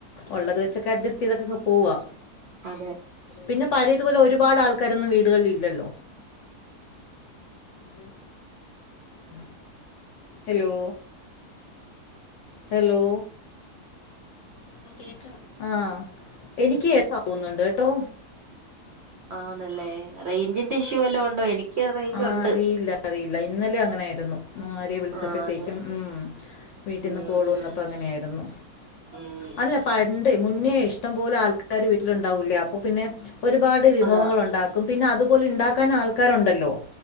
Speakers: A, on the left; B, on the right.
A: ഉള്ളത് വെച്ചൊക്കെ അഡ്ജസ്റ്റ് ചെയ്തെ പോവാ
B: അതെ
A: പിന്നെ പഴയതുപോലെ ഒരുപാട് ആൾക്കാരൊന്നും വീടുകളിൽ ഇല്ലല്ലോ ഉം ഉ ഹലോ ഹലോ ഓ കേക്കാം ആഹ എനിക്ക് സവുന്നുണ്ട് കേട്ടോ
B: ആന്നല്ലേ റേഞ്ചിന്റെ ഇഷ്യൂ എല്ലാം ഉണ്ടോ എനിക്ക് റേഞ്ച്
A: ആ
B: ഉണ്ട്
A: അറിയില്ല അറിയില്ല ഇന്നലും അങ്ങനൊയിരുന്നു ആര് വിളിച്ചപ്പോഴത്തേക്കും
B: ആഹ് അതെ
A: ഉ വീട്ടിൽന്ന്
B: ഉം
A: കോള്
B: ഉം
A: വന്നപ്പോ അങ്ങനെയായിരുന്നു
B: ഉം
A: അല്ല പണ്ട് മുന്നേ ഇഷ്ടം പോലെ ആൾക്കാര് വീട്ടിലുണ്ടാവൂലെ അപ്പൊ പിന്നെ ഒരുപാട് വിഭവങ്ങൾ
B: അതാ
A: ഉണ്ടാക്കും പിന്നെ അതുപോലെ ഉണ്ടാക്കാൻ ആൾക്കാരുണ്ടല്ലോ